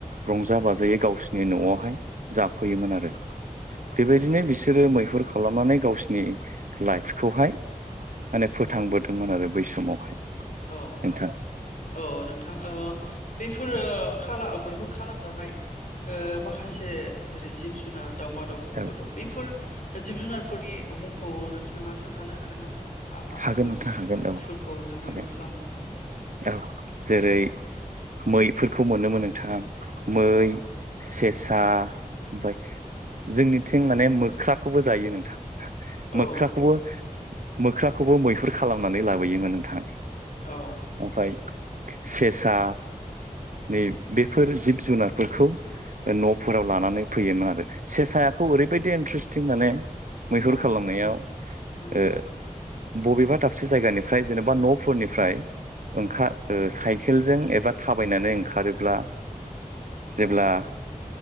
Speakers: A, on the right; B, on the left.
A: रंजा बाजायै गावसोरनि न'आवहाय जाफैयोमोन आरो।
B: औ
A: बेबायदिनो बिस सोरो मैहुर खालामनानै गावसिनि लाइफखौहाय माने फोथांबोदोंमोन आरो बै समावहाय
B: औ
A: नोंथां
B: औ नोंथां ओ बेफोरो
A: औ
B: खाब फा मैहुर खालामजानाय ओ माखासे जेरै जिब जुनार दावमा दाउसाफोर
A: औ
B: दं बेफोर जिब जुनार फोरनि मुंखौ नोंथांङा खोन्थानो हागोन नामा मा मा
A: हागोन
B: बो
A: नोंथां हागोन औ
B: फोरखौ जों
A: हागोन
B: मैहुर खालामो औ
A: औ जेरै मैफोरखौ मोनोमोन नोंथांङा मै
B: औ
A: सेस सा ओमफाय जोंनिथिं माने मोख्राखौबो जायो नोंथां
B: औ
A: मोख्राखौबो मोख्राखौबो मैहुर खालामनानै लाबोयोमोन नोंथां
B: औ
A: ओमफ्राय सेसा नि बेफोर जिब जुनारफोरखौ न'फोराव लानानै फैयोमोन आरो सेसायाखौ ओरैबायदि इन्ट्रेस्टिं माने मैहुर
B: औ
A: खालामनायाव
B: नंगौ
A: ओ बबेबा दाबसे जायगानिफ्राय जेनेबा न'फोरनिफ्राय ओंखा ओ साइकेलजों एबा थाबायनानै ओंखारोब्ला जेब्ला